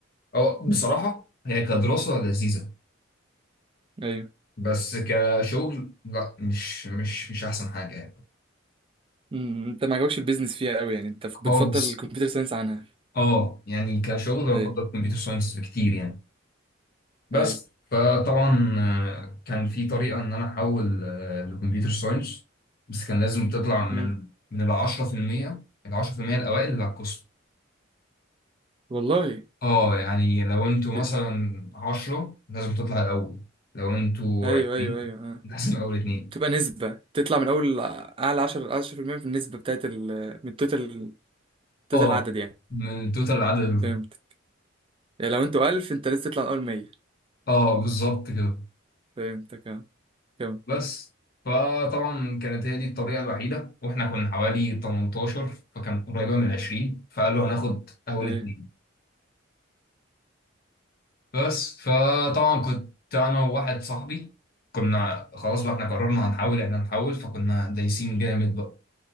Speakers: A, on the left; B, on the right.
A: أو بصراحه هي كدراسه لذيذه
B: ايوه
A: بس كشغل لا مش مش مش احسن حاجه يعني
B: امم انت ما عجبكش البيزنس فيها قوي يعني انت بتفضل
A: خالص
B: الكمبيوتر ساينس عنها
A: اه يعني كشغل
B: ايوه
A: بفضل كمبيوتر ساينس بكتير يعني بس
B: ايوه
A: فطبعا آه، كان في طريقة إن أنا أحول آه، لكمبيوتر ساينس بس كان لازم تطلع من
B: امم
A: من ال 10% ال 10% الأوائل اللي على القسم
B: والله
A: اه يعني لو انتوا
B: ب-
A: مثلا 10 لازم تطلع الأول لو انتوا
B: ايوه
A: 20
B: ايوه ايوه اه
A: لازم أول اتنين
B: تبقى نسبة تطلع من اول اعلى 10 10% في المية في النسبة بتاعت ال من التوتال توتال
A: اه
B: العدد يعني
A: من توتال العدد اللي في
B: فهمت
A: القسم.
B: يعني لو انتوا 1000 انت لسه تطلع من اول 100
A: اه بالظبط كده
B: فهمتك اه كم
A: بس فطبعا كانت هي دي الطريقة الوحيدة واحنا كنا حوالي 18 فكان قريبة من 20 فقالوا هناخد أول
B: ايوه
A: اتنين بس فطبعا كنت انا وواحد صاحبي كنا خلاص بقى احنا قررنا هنحاول احنا هنحاول فكنا دايسين جامد بقى